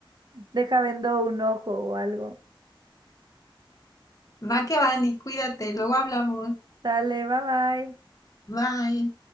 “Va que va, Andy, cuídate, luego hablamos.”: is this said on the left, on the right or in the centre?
Left